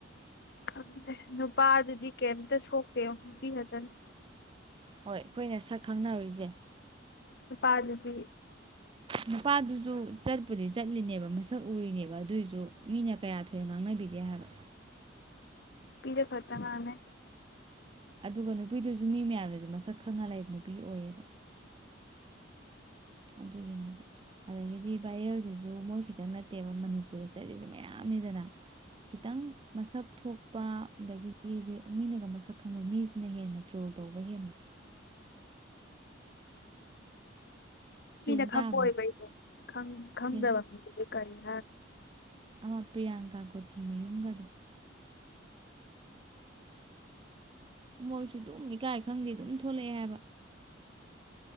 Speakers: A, on the left (about 60°); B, on the right (about 25°).
A: ꯈꯪꯗꯦ ꯅꯨꯄꯥꯗꯨꯗꯤ ꯀꯩꯝꯇ ꯁꯣꯛꯇꯦ ꯅꯨꯄꯤ ꯈꯛꯇꯅ
B: ꯍꯣꯏ ꯑꯩꯈꯣꯏꯅ ꯁꯛ ꯈꯪꯅꯔꯨꯔꯤꯁꯦ
A: ꯄꯆ
B: ꯅꯨꯄꯥꯗꯨꯁꯨ ꯆꯠꯄꯨꯗꯤ ꯆꯠꯂꯤꯅꯦꯕ ꯁꯛ ꯎꯔꯤꯅꯦꯕ ꯑꯗꯨꯏꯁꯨ ꯃꯤꯅ ꯀꯌꯥ ꯊꯣꯏꯅ ꯉꯥꯡꯅꯕꯤꯗꯦ ꯍꯥꯏꯕ
A: ꯄꯤꯔ ꯐꯔꯗꯅꯅꯦ
B: ꯑꯗꯨꯒ ꯅꯨꯄꯤꯗꯨꯁꯨ ꯃꯤ ꯃꯌꯥꯝꯅꯁꯨ ꯃꯁꯛ ꯈꯪꯉ ꯂꯩꯕ ꯅꯨꯄꯤ ꯑꯣꯏꯌꯦꯕ ꯑꯗꯨꯒꯤꯅꯦꯕ ꯑꯗꯒꯤꯗꯤ ꯚꯥꯏꯔꯦꯜꯁꯤꯁꯨ ꯃꯣꯏ ꯈꯤꯇꯪ ꯅꯠꯇꯦꯕ ꯃꯅꯤꯄꯨꯔꯗ ꯆꯠꯂꯤꯁꯦ ꯃꯌꯥꯝꯅꯤꯗꯅ ꯈꯤꯇꯪ ꯃꯁꯛ ꯊꯣꯛ ꯅꯨꯄꯥ ꯑꯗꯒꯤꯗꯤ ꯃꯤꯅꯒ ꯃꯁꯛ ꯈꯪꯕ ꯃꯤꯁꯤꯅ ꯍꯦꯟꯅ ꯇ꯭ꯔꯣꯜ ꯇꯧꯕ ꯍꯦꯟꯕ ꯍꯦꯟ
A: ꯃꯤꯅ
B: ꯇꯥꯕꯅꯤ
A: ꯈꯛꯄ ꯑꯣꯏꯕ ꯑꯩꯁꯦ ꯈꯪꯗꯕ
B: ꯍꯦꯟ
A: ꯃꯤꯗꯨꯗꯤ ꯀꯔꯤꯅꯣ
B: ꯑꯃ ꯄ꯭ꯔꯤꯌꯥꯡꯀꯥ ꯀꯒꯣꯇꯤ ꯃꯌꯨꯝꯒꯗꯣ ꯃꯣꯏꯁꯨ ꯑꯗꯨꯝ ꯏꯀꯥꯏ ꯈꯪꯗꯦ ꯑꯗꯨꯝ ꯊꯣꯛꯂꯛꯑꯦ ꯍꯥꯏꯕ